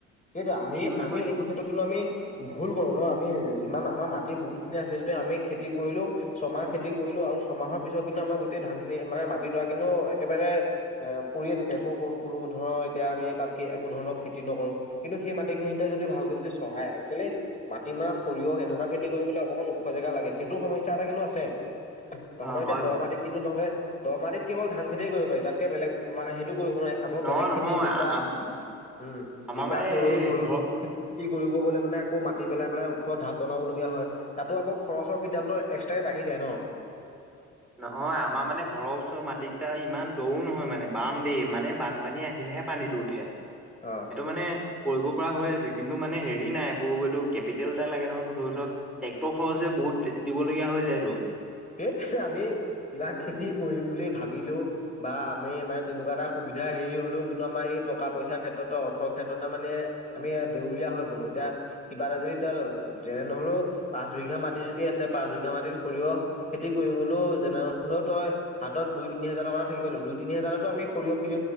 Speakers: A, on the left; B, in the centre.
A: তাকেটো আমি
B: এই ইউজ
A: আমি
B: কৰিলে
A: এইটো ক্ষেত্ৰত কিন্তু আমি ভুল কৰো ন আমি যিমান আমাৰ মাটি বহুত যিখিনি আছে যিটো আমি খেতি কৰিলো ছমাহ খেতি কৰিলো আৰু ছয়মাহৰ পিছত কিন্তু আমাৰ গোটেই ধান খিনি মানে মাটি দৰা কিন্তু একেবাৰে এ পৰিয়ে থাকে একো কো কোনো ধৰক এতিয়া আমি তাত একো ধৰণৰ খেতি নকৰো কিন্তু সেই মাটিখিনিতে যদি ভালকে যদি চহাই এক্সুৱেলি মাটিমাহ সৰিয়হ এনেকুৱা খেতি কৰিবলৈ অকণমান ওখ জেগা জেগা লাগে সেইটো সমস্যা এটা কিন্তু আছে তহঁতৰ
B: অ
A: এতিয়া
B: হয়
A: দ
B: বাৰু
A: মাটিত কিন্তু তহঁতে দ মাটিত কেৱল ধান খেতিয়ে কৰিব পাৰি তাতকে বেলেগ মাহ টো কৰিব নোৱাৰে আকৌ
B: নহয়
A: বেলেগ
B: নহয়
A: খেতি জিকা
B: আম
A: উম
B: আমাৰ
A: জিকা
B: মানে
A: তৰৈ
B: এই
A: ভুল
B: ঘৰ
A: খেত খেতি কৰিব গলে আকৌ মাতি পেলাই পেলাই ওখ ঢাপ বনাবলগীয়া হয় তাতো আকৌ খৰচৰ সিদ্ধান্ত এক্সট্ৰাকে বাঢ়ে আহি যায় ন
B: নহয় আমাৰ মানে ঘৰৰ ওচৰৰ মাটি কিটা ইমান দৌও নহয় মানে বাম দেই মানে বানপানী আহিলে হে পানীটো উঠে সেইটো
A: অ'।
B: মানে কৰিব পৰা হৈ আছে কিন্তু মানে হেৰি নাই আকৌ এইটো কেপিটেল এটা লাগে নহয়ো ধৰি লও ট্ৰেক্টৰ খৰচে বহুত বেছি দি দিবলগীয়া হয় হৈ যায় তো
A: এইছে আমি কিবা খেতি কৰিম বুলি ভাবিলেও বা আমি মানে তেনেকুৱা এটা সুবিধা হেৰি হলেও কিন্তু আমাৰ এই টকা পইচা ক্ষেত্ৰত অৰ্থৰ ক্ষেত্ৰত মানে আমি দেউলীয়া হৈ পৰো এতিয়া কিবা এটা যদি তেওঁ যেনে নহলেও পাঁচ বিঘা মাটি যদি আছে পাঁচ বিঘা মাটিত সৰিয়হ খেতি কৰিবলৈও যেনেহলেও তই হাতত দুই তিনি হাজাৰ টকা থাকিবল দুই তিনি হাজাৰতো আমি সৰিয়হ কিনি